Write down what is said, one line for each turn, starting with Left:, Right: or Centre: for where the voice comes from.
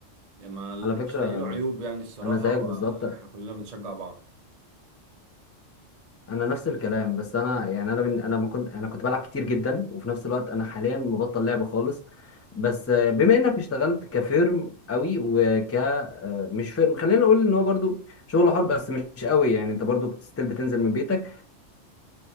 Right: ما مش
Left: على فكرة
Right: لاقي له عيوب يعني الصراحة
Left: انا زيك
Right: واحنا
Left: بالظبط
Right: كلنا بنشجع بعض
Left: انا نفس الكلام بس انا يعني انا بن... انا ما كنت انا كنت بلعب كتير جدا وفي نفس الوقت انا حاليا مبطل لعب خالص بس آه، بما انك اشتغلت كفيرم قوي وك آه، مش فيرم خلينا نقول ان هو برضو شغل حر بس مش قوي يعني انت برضو بتستيل بتنزل من بيتك